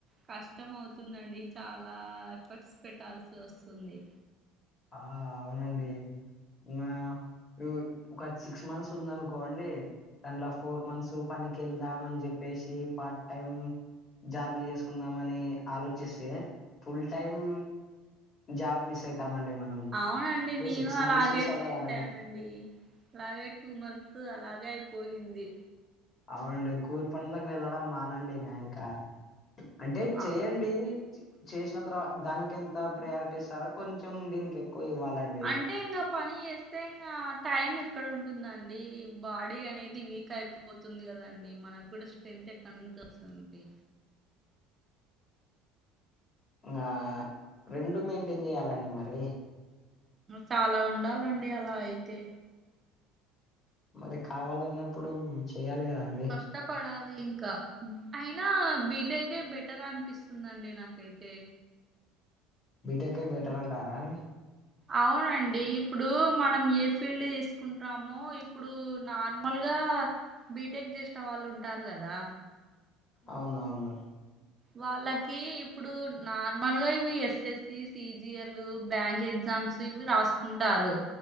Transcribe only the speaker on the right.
కష్టం అవుతుందండి చాలా ఎఫర్ట్స్ పెట్టాల్సి వస్తుంది
అవునండి నేను
అలాగే
చేశానం అండి అలాగే టూ మంత్స్ అలాగే అయిపోయింది
ఆ
అంటే ఇంకా పని చేస్తే ఇంకా టైం ఎక్కడ ఉంటుందండి బాడీ అనేది వీక్ అయిపోతుంది కదండి మనకు కూడా స్ట్రెంత్ ఎక్కడ నుంచి వస్తుందండి
చాలా ఉండాలండి అలా అయితే
కష్టపడాలి ఇంకా అయినా బీటెకే బెటర్ అనిపిస్తుందండి నాకు అయితే
అవునండి ఇప్పుడు మనం ఏ ఫీల్డ్ తీసుకుంటామో ఇప్పుడు నార్మల్గా బీటెక్ చేసిన వాళ్ళు ఉంటారు కదా
వాళ్ళకి ఇప్పుడు నార్మల్గా ఇవి ఎస్ఎస్సి సిజిఎల్ బ్యాంక్ ఎగ్జామ్స్ ఇవి రాసుకుంటారు